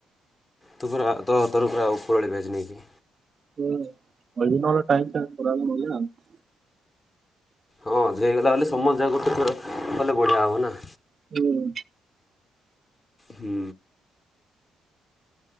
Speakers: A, on the left; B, on the right.
A: ତୁ ପୁରା ତ ତରଫ୍ ରୁ ଆଉ ଉପରଳି ବ୍ୟାଜ୍ ନେଇକି।
B: ହୁଁ <unintelligible> ଟାଇମ୍ <unintelligible>
A: ହଁ ଯେ ହେଇଗଲା ବୋଲି ସମସ୍ତେ ଯାକେ ଗୋଟେ ଥର କଲେ ବଢ଼ିଆ ହେବ ନା।
B: ହୁଁ।
A: ହୁଁ।